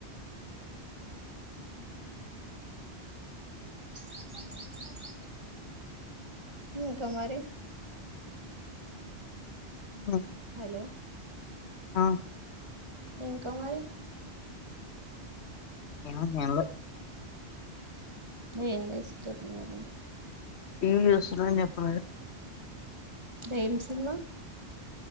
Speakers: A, on the right; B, on the left.
A: నిప్పు అ ఇంకా మరి
B: మ్మ్
A: హలో
B: ఆ
A: ఇంకా మరి
B: ఎం ఉంది ఎం లే
A: ఏం చేస్తురు మరి
B: టీవీ చాస్తున్న అని చేపలే
A: ఎం సినిమా